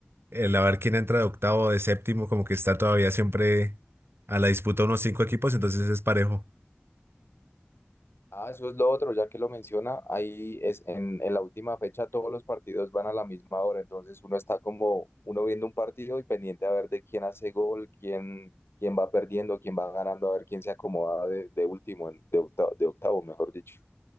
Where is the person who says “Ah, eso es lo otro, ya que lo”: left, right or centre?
Left